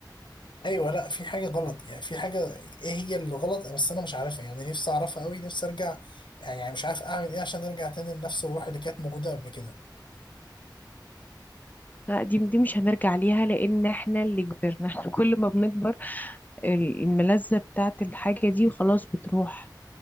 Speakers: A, on the left; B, on the left.
A: ايوه لا في حاجه غلط يعني في حاجه ايه هي اللي غلط بس انا مش عارفها يعني نفسي اعرفها أوي نفسي ارجع يعني مش عارف اعمل ايه عشان ارجع تاني لنفس الروح اللي كانت موجوده قبل كده
B: لا دي دي مش هنرجع ليها لأن احنا اللي كبرنا احنا <laughs> كل ما بنكبر ال- الملذة بتاعة الحاجة دي خلاص بتروح